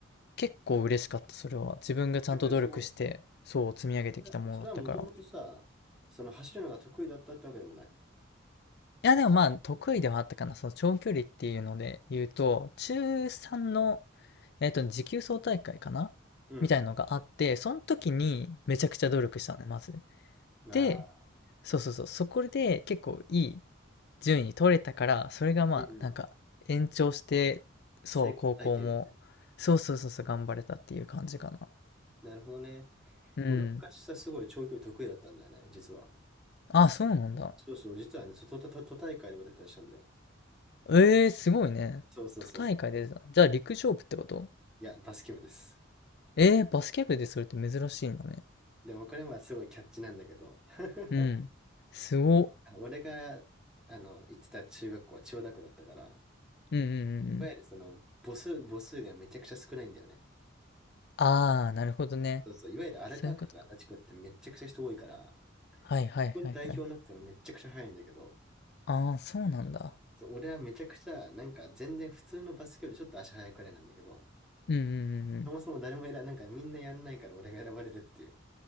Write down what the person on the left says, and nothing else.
結構嬉しかった、それは。自分がちゃんと努力して、
そう積み上げてきたものだったから。
いや、でもまあ、得意ではあったかな。その長距離っていうので言うと、中3の、えっと、持久走大会かなみたいのがあって、
その時にめちゃくちゃ努力したのね、まず。
で、そうそうそう、そこで結構いい順位取れたから、それがまあ、
なんか、延長して、そう、
高校も、そうそうそうそう、頑張れたっていう感じかな。
うん。
あ、そうなんだ。
ええーすごいね。
都大会出てた。じゃあ陸上部ってこと
ええーバスケ部でそれって珍しいんだね。
うん。すごっ。
うんうんうんうん。
ああ、なるほどね。
そういうことか。はいはいはいはい。
ああ、そうなんだ。
うんうんうんう